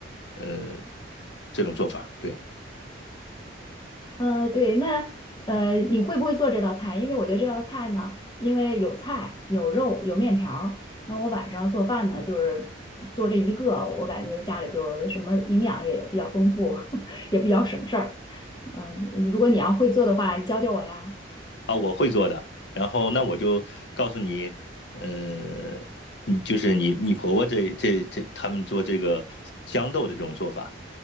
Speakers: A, on the left; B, on the left.
A: 呃，这种做法，对
B: 呃，对，那呃，你会不会做这道菜？因为我觉得这道菜呢，因为有菜、有肉、有面条儿那我晚上做饭呢，就是做这一个，我感觉家里就什么营养也比较丰富，<laughs> 也比较省事儿。嗯，如果你要会做的话，你教教我呀。
A: 啊，我会做的。然后那我就告诉你，呃，你就是你你婆婆这这这他们做这个豇豆的这种做法，